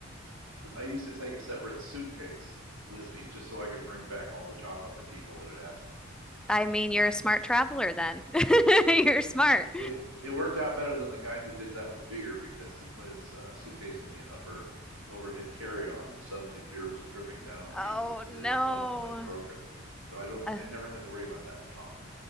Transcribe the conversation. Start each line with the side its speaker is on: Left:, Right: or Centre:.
Right: I used to take a separate suitcase with me just so I could bring back all the chocolate for people that had asked me.
Centre: <laughs> I mean, you're a smart traveler then. <laughs> You're smart.
Right: It it, it worked out better than the guy who did that with beer because he put his uh, suitcase in the upper overhead carry-on, and suddenly beer was dripping down on people
Centre: Oh,
Right: because
Centre: no.
Right: one of them had broken. So I don't,
Centre: Uh,
Right: I never had to worry about that with chocolate.